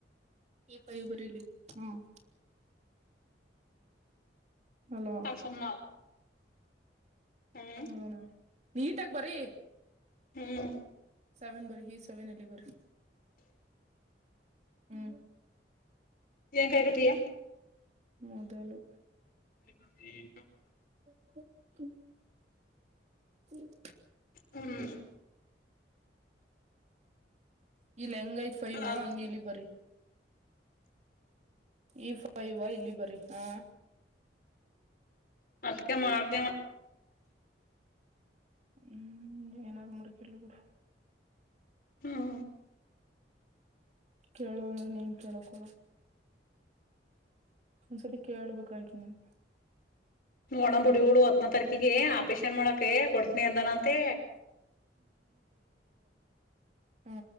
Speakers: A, on the right; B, on the left.
A: ಈ ಕಾಯ ಬಲಿ ಹ್ಮ <inaudible> ಹಲೋ
B: ನಾಗ ಸುಮ್ನ ಹ್ಮ್
A: ಹಣ ನೀಟಾಗಿ ಬರಿ
B: ಹ್ಮ್
A: ಸೆವೆನ್ ಬರಿ ಹಿ ಸೆವೆನ್ ಇಲ್ಲಿ ಬರಿ ಹ್ಮ
B: ಕಾಯ ಕಠಿಯ
A: ಮೊದಲು
B: <unintelligible>
A: ಬು ಹ ಹ <inaudible>
B: ಹ್ಮ್
A: ಇಲ್ಲಿ ಹೆಂಗ ಯತ್ ಫ ಇವೋ
B: ಅದ್
A: ಹಂಗ ಇಲ್ಲಿ ಬರರಿ
B: <unintelligible>
A: ಈಫ ಇವಾ ಇಲ್ಲಿ ಬರೀ ಹ
B: ಅದಕ್ಕೆ ಮಾಡ್ದ
A: ಹ್ಮ್ ಏನಾರರು ಮರ್ಕ ಬಿಡ
B: ಹ್ಮ್
A: ಕೇಳುವಂದ್ರೆ ನೀನ್ ಕೇಳಕಲ್ಲ ಒಂದ್ಸತಿ ಕೇಳ್ಬೇಕಾಯ್ತು ನೀನ್
B: ನೋಡಣ ಬಿಡು ಇವಳು ಹತ್ತನ ತಾರಕಿಗೆ ಆಪರೇಷನ್ ಮಾಡಕ ಕೊಡ್ತನಿ ಅಂದಾನ ಅಂತೆ
A: ೇ <inaudible>